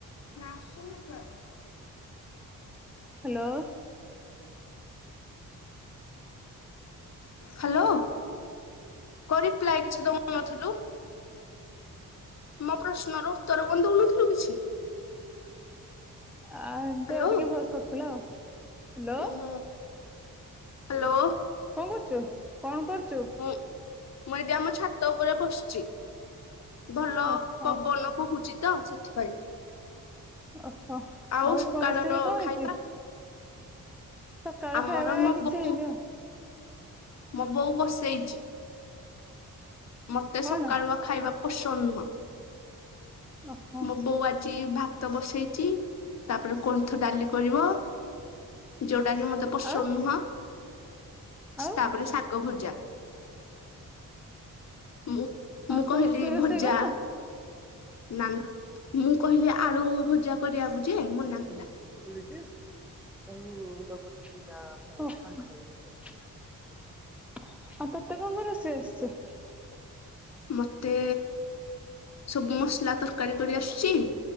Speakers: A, on the left; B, in the centre.
A: ନା ଆସୁନି ନେଟୱାର୍କ?
B: ହ୍ୟାଲୋ।
A: ହ୍ୟାଲୋ କ ରିପ୍ଲାଏ କିଛି ଦଉ ନଥୁଲୁ? ମୋ ପ୍ରଶ୍ନର ଉତ୍ତର କଣ ଦଉନଥୁଲୁ କିଛି?
B: ଆ ଏମତି
A: ହ୍ୟାଲୋ
B: ଆଉ ଟିକେ ଭସ୍ କଟୁଥିଲା ଆଉ ହ୍ୟାଲୋ।
A: ହଁ ହ୍ୟାଲୋ।
B: କଣ କରୁଚୁ କଣ କରୁଚୁ?
A: ହଁ ମୁଁ ଏଠି ଆମ ଛାତ ଉପରେ ବସିଚି ଭଲ
B: ଓହୋ
A: ପବନ ବହୁଚି ତ ସେଥିପାଇଁ
B: ଓହୋ
A: ଆଉ ସକାଳର
B: କଣ ରୋଷେଇ କଣ ହେଇଛି?
A: ଖାଇବା
B: ସକାଳ
A: ଆମର
B: ଖାଇବା
A: ମୋ
B: କିଛି
A: ବୋଉ
B: ହେଇନି ଆଉ।
A: ମୋ ବୋଉ ବସେଇଚି। ମତେ
B: କଣ?
A: ସକାଳୁଆ ଖାଇବା ପସନ୍ଦ ନୁହଁ।
B: ଓହୋ।
A: ମୋ ବୋଉ ଆଜି ଭାତ ବସେଇଚି ତାପରେ କୋଣଥ ଡାଲି କରିବ। ଯୋଉଟା କି ମତେ ପସନ୍ଦ
B: ଆଉ
A: ନୁହଁ।
B: ଆଉ
A: ତାପରେ ଶାାଗ ଭଜା। ମୁଁ
B: ଆଉ
A: ମୁଁ
B: ତୁ
A: କହିଲି
B: ତୁ ରୋଷେଇ
A: ଭଜା
B: କରିନୁ?
A: ନା ନା ମୁଁ କହିଲି ଆଳୁ ଭଜା କରିବାକୁ ଯେ ମନା କଲା।
B: <unintelligible> ଆଉ ତତେ କଣ ରୋଷେଇ ଆସିଚି?
A: ମତେ ସବୁ ମସଲା ତରକାରୀ କରି ଆସୁଚି।